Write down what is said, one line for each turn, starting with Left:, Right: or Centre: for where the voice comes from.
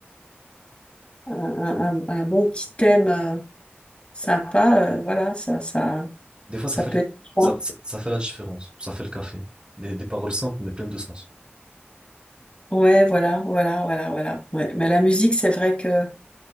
Left: un- un- un bon petit thème euh, sympa, euh, voilà, ça, ça,
Right: Des fois,
Left: ça
Right: ça fait,
Left: peut
Right: le-
Left: être bien.
Right: ça, ça, ça fait la différence. Ça fait le café. Des, des paroles simples, mais pleines de sens.
Left: Ouais, voilà, voilà, voilà, voilà. Ouais. Mais la musique, c'est vrai que